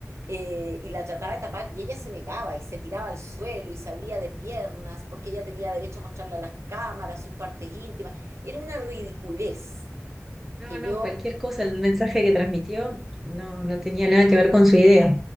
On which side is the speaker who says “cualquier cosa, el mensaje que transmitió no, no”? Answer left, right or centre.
Centre